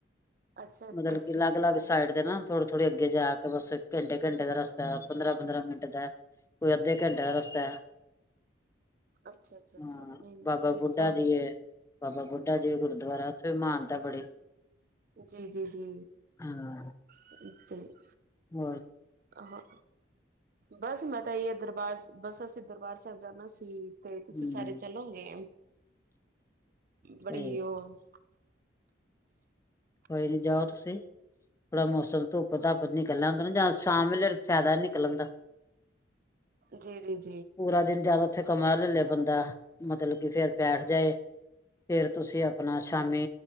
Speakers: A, on the right; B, on the left.
A: ਅੱਛਾ ਅੱਛਾ
B: ਮਤਲਬ
A: ਅੱਛਾ
B: ਕੀ ਅਲੱਗ
A: ਅੱਛਾ
B: ਅਲੱਗ
A: ਅੱਛਾ
B: ਸਾਈਡ ਦੇ ਨਾ ਥੋੜੀ ਅੱਗੇ ਜਾ ਕੇ ਬਸ ਘੰਟੇ ਘੰਟੇ ਦਾ ਰਸਤਾ ਪੰਦਰਾਂ ਪੰਦਰਾਂ ਮਿੰਟ ਦਾ ਕੋਈ ਅੱਧੇ ਘੰਟੇ ਦਾ ਰਸਤਾ
A: ਅੱਛਾ ਅੱਛਾ ਅੱਛਾ
B: ਹਾਂ
A: ਨਹੀਂ ਨਹੀਂ
B: ਬਾਬਾ
A: ਬਸ
B: ਬੁੱਢਾ ਦੀ ਬਾਬਾ ਬੁੱਢਾ ਜੀ ਗੁਰਦੁਆਰਾ ਉਥੇ ਮਾਨਤਾ ਬੜੀ
A: ਜੀ ਜੀ ਜੀ
B: ਹਾਂ
A: <unintelligible>
B: ਹੋਰ
A: ਹਾਂ ਬਸ ਮੈਂ ਤਾਂ ਇਹ ਦਰਬਾਰ ਬਸ ਅਸੀਂ ਦਰਬਾਰ ਸਾਹਿਬ ਜਾਣਾ ਸੀ ਤੇ ਤੁਸੀਂ
B: ਹੂੰ
A: ਸਾਰੇ ਚਲੋਗੇ ਬੜੀ
B: ਸਹੀ
A: ਉਹ <inaudible>
B: ਕੋਈ ਨੀ ਜਾਓ ਤੁਸੀਂ ਥੋੜਾ ਮੌਸਮ ਧੁੱਪ ਧੁੱਪ ਨੀਿਕਲਾ ਹੁੰਦਾ ਜਾਂ ਸ਼ਾਮ ਵੇਲੇ ਫਾਇਦਾ ਹੀ ਨਿਕਲਣ ਦਾ
A: ਜੀ ਜੀ
B: ਪੂਰਾ ਦਿਨ ਜਿਆਦਾ ਉੱਥੇ ਕਮਰਾ ਲੈ ਲਿਆ ਬੰਦਾ ਮਤਲਬ ਕਿ ਫਿਰ ਬੈਠ ਜਾਏ ਫਿਰ ਤੁਸੀਂ ਆਪਣਾ ਸ਼ਾਮੀ